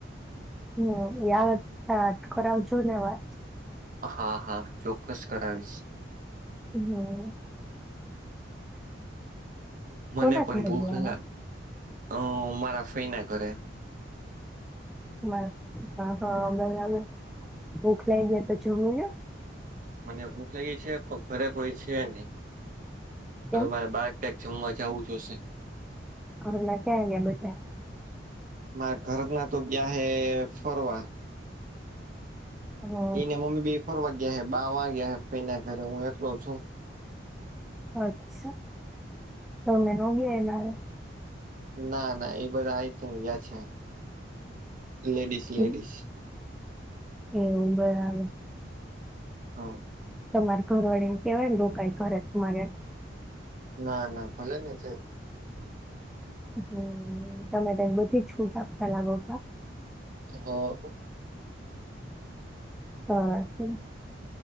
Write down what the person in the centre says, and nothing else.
હમયા અટકોરા આવ છું નવા
હમ
કોના
ઘરે
ગયા
બ હ હા બરાબર ભૂખ લઈ ગયા તો જોમું
કેમ
અર ના કે બચા
હ
અચ્છા તોમે ન ગયા એ મારે
હારે
એવું બરા આવે
તમારે ઘરવાળેને કેવાય ને રકા કરરે તમારે
હમ તમે તને બધી જ છૂટ આપતા લાગોતા
હા છે